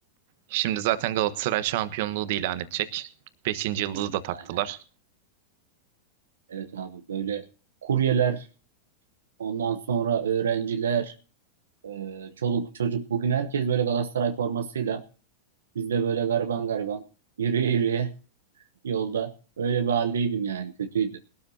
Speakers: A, on the right; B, on the right.
A: Şimdi zaten Galatasaray şampiyonluğu da ilan edecek. Beşinci yıldızı da taktılar.
B: Aynen. Evet abi böyle kuryeler, ondan sonra öğrenciler, e, çoluk çocuk bugün herkes böyle Galatasaray formasıyla biz de böyle gariban gariban yürüye yürüye yolda öyle bir haldeydim yani kötüydü.